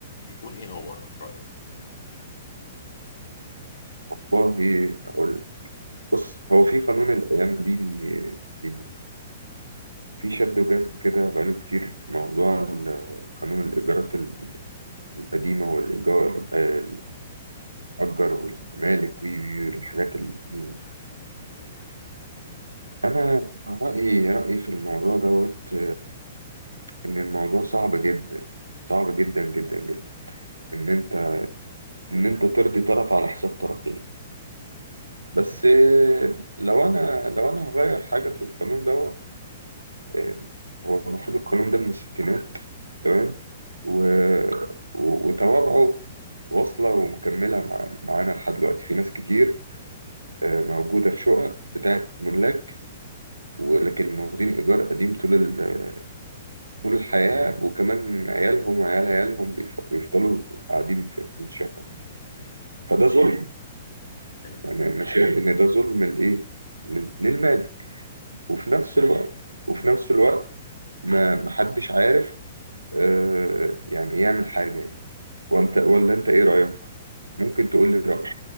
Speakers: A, on the left (about 55°); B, on the right (about 75°).
A: يكون ايه هو في رايك
B: والله أقول لك. بص هو في قانون الأيام دي بي... بي... في شد وجذب كده بقاله كتير موضوع ال- قانون الإيجارات ال- القديمة والإيجار آه، الأجر والمالك والحاجات القديمة
A: امم تمام
B: أنا رأيي رأيي في الموضوع دوت ان الموضوع صعب جدا صعب جدا جدا جدا ان انت ان انت ترضي طرف على حساب طرفين
A: مم.
B: بس آه، لو انا لو انا هغير حاجه في القانون دوت آه، هو المفروض القانون ده من الستينات تمام و... و- وتوابعه واصله ومكمله مع... معانا لحد دلوقتي في ناس كتير آه، موجوده في شقق بتاعت ملاك ولكن واخدين ايجار قديم طول ال...
A: مم.
B: طول الحياه وكمان عيالهم وعيال عيالهم بيف- بيفضلوا قاعدين في في الشقه
A: مم.
B: فده ظلم
A: ايوه
B: يعني انا شايف ان ده ظلم لايه لل- للمالك وفي نفس الوقت وفي نفس الوقت ما محدش عارف آه يعني يعمل حاجه يعني. وانت ولا انت ايه رايك ممكن تقول لي رايك